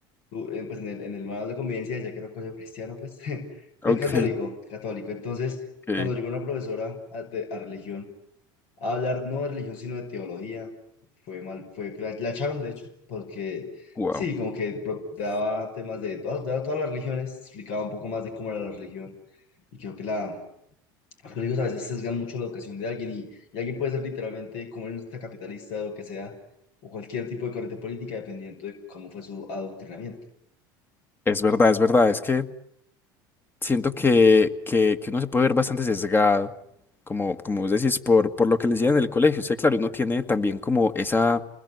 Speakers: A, on the left; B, on the left.
A: u- eh, pues en el, en el manual de convivencia, ya que era un colegio cristiano, pues, <laughs>
B: Ok,
A: pues católico, católico. Entonces, cuando
B: ok.
A: llegó una profesora a, de- a religión a hablar no de religión, sino de teología, fue mal, fue, la, la echaron de hecho, porque
B: Wow.
A: sí, como que pro- daba temas de todas, daba todas las religiones, explicaba un poco más de cómo era la religión. Y creo que la, los hijos a veces sesgan mucho la educación de alguien y, y alguien puede ser literalmente comunista, capitalista, lo que sea, o cualquier tipo de corriente política, dependiendo de cómo fue su adoctrinamiento.
B: Es verdad, es verdad. Es que siento que, que, que uno se puede ver bastante sesgado, como, como vos decís, por, por lo que le decían en el colegio. O sea, claro, uno tiene también como esa,